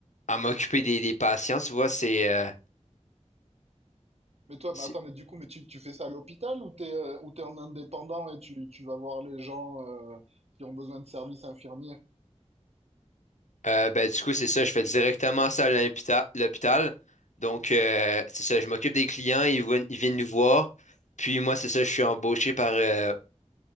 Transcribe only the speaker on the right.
Mais toi, bah
attends, mais du coup, mais tu, tu fais ça à l'hôpital ou t'es euh, ou t'es en indépendant et tu, tu vas voir les gens euh, qui ont besoin de services infirmiers?